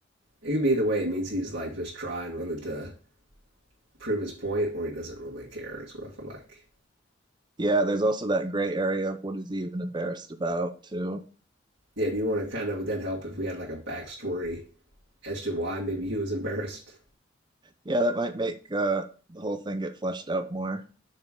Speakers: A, on the right; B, on the right.
A: it could be the way it means he's like just trying really to prove his point or he doesn't really care, is what I feel like.
B: yeah, there's also that gray area of what is he even embarrassed about too.
A: Yeah, do you want to kind of, would that help if we had like a backstory as to why maybe he was embarrassed?
B: Yeah, that might make uh, the whole thing get fleshed out more.